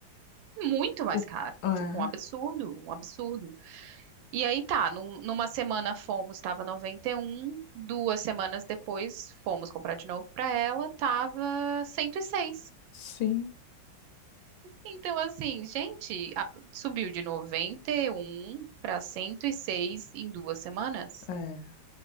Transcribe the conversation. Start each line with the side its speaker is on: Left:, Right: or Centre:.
Right: Muito mais
Left: O-
Right: caro.
Left: Ah,
Right: Tipo, um absurdo,
Left: é.
Right: um absurdo. E aí tá, num- numa semana fomos, tava 91. duas semanas depois fomos comprar de novo pra ela, tava 106.
Left: sim.
Right: Então, assim, gente, a- subiu de 91 para 106 em duas semanas.
Left: É.